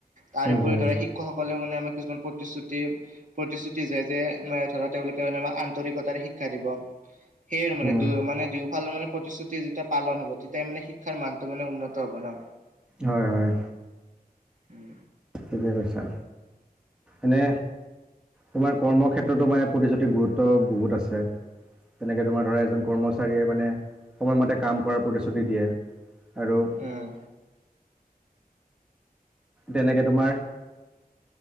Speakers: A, on the right; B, in the centre.
A: তাৰপৰি
B: উম, হুম,
A: দৰে শিক্ষক সকলে মানে আমাৰ কিছুমান প্ৰতিশ্ৰুতি প্ৰতিশ্ৰুতি যায় যে ম ধৰা তেওঁলোকে মানে আমাক আন্তৰিকতাৰে শিক্ষা দিব সেইয় আৰু মানে
B: উম,
A: মানে ল মানে প্ৰতিশ্ৰুতি যেতিয়া পালন হ'ব তেতিাই মানে শিক্ষাৰ মানটো মানে উন্নত হ'ব ন
B: হয় হয়
A: উম
B: ঠিকে কৈছা এনে তোমাৰ কৰ্ম ক্ষেত্ৰতো মনে প্ৰতিশ্ৰুতি গুৰুত্ব বহুত আছে তেনেকে তোমাৰ ধৰা এজন কৰ্মচাৰীয়ে মানে সময়মতে কাম কৰাৰ প্ৰতিশ্ৰুতি দিয়ে আৰু
A: উম,
B: তেনেকে তোমাৰ